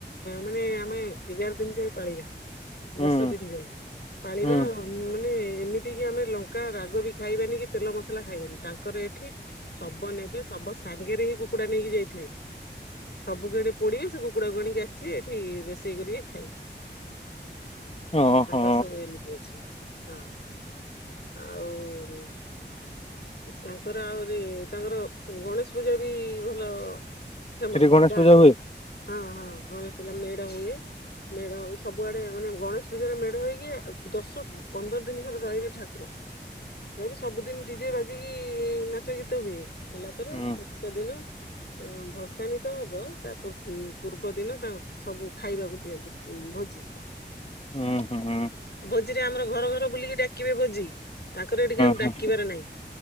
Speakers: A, on the left; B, on the left.
A: ମାନେ ଆମେ ଏଗାର ଦିନ ଯାଇଏ ପାଳିବା।
B: ହୁଁ
A: ଦଶ ଦିନ ଯାଏ ପାଳିବା
B: ହୁଁ
A: ଆଉ। ମାନେ ଏମିତି କି ଆମେ ଲଙ୍କା ରାଗ ବି ଖାଇବାନି କି ତେଲ ମସଲା ଖାଇବାନି ତାଙ୍କର ଏଠି ଶବ ନେବେ ସବ ସାଙ୍ଗରେ ହିଁ କୁକୁଡା ନେଇକି ଯାଇଥିବେ। ସବୁ ଏଣେ ପୋଡିବେ ସେ କୁକୁଡ଼ାକୁ ଆଣିକି ଆସିବେ ଏଠି ରୋଷେଇ କରିକି ଖାଇବେ।
B: <inaudible> ଓହୋ
A: ତାଙ୍କର ସବୁ ଏମିତି ଅଛି। ହଁ ଆଉ ତାଙ୍କର ଆହୁରି ତାଙ୍କର ଗଣେଶ ପୂଜା ବି ଭଲ ଫେମସ
B: ସେଠି ଗଣେଶ
A: <unintelligible> ହଡକ
B: ପୂଜା ହୁଏ?
A: ହଁ ହଁ ଗଣେଶ ପୁଜା ମେଢ ହୁଏ। ମେଢ ସବୁଆଡେ ମାନେ ଗଣେଶ ପୂଜାରେ ମେଢ ହେଇକି ଦଶ ପନ୍ଦର ଦିନ ଖଣ୍ଡେ ରହିବେ ଠାକୁର। ରହି ସବୁଦିନ ଡିଜେ ବାଜିକି ନାଚ ଗୀତ ହୁଏ ହେଲା ପରେ
B: ହୁଁ
A: ସେଦିନ ଅ ଭସାଣି ତ ହବ ତା ପୂର୍ବ ଦିନ ତାଙ୍କ ସବୁ ଖାଇବାକୁ ଦିଅନ୍ତି ଭୋଜି।
B: ହୁଁ ହୁଁ ହୁଁ।
A: ଭୋଜିରେ ଆମର ଘର ଘର ବୁଲିକି ଡାକିବେ ଭୋଜି ତାଙ୍କର ଏ ଟିକେ ଆଉ
B: ହୁଁ
A: ଡାକିବାରେ ନାହିଁ।